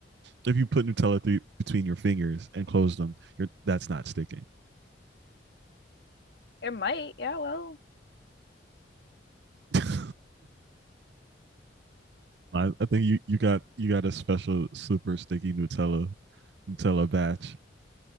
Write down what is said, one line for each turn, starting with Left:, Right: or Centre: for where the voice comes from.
Right: If you put Nutella through, between your fingers and close them, you're, that's not sticking.
Left: it might. Yeah, well,
Right: <laughs> I, I think you, you got you got a special super sticky Nutella Nutella batch.